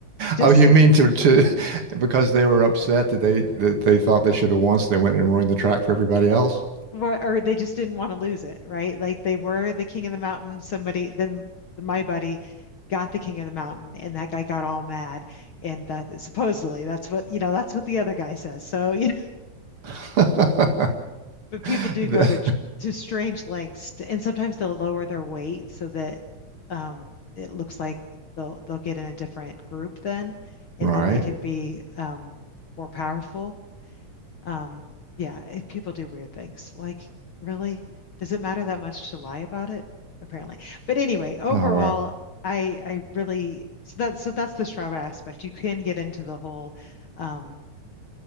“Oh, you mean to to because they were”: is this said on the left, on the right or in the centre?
Right